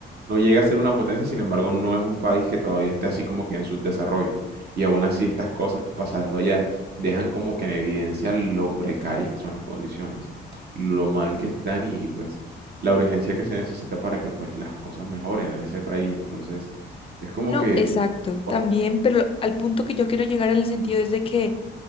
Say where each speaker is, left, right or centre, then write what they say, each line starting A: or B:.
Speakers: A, on the right; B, on the left.
A: no llega a ser una potencia, sin embargo, no es un país que todavía esté así como que en subdesarrollo. Y aún así estas cosas pasando allá dejan como que en evidencia lo precarias que son las condiciones, lo mal que están y pues la urgencia que se necesita para que pues las cosas mejoren en ese país. Entonces, es como
B: No,
A: que,
B: exacto,
A: wow,
B: también, pero lo- al punto que yo quiero llegar en el sentido es de que,